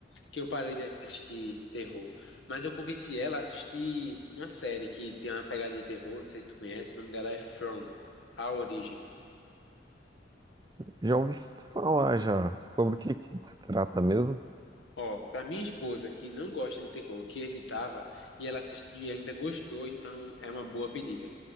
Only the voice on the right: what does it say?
Já ouvi falar já sobre o que que se trata mesmo?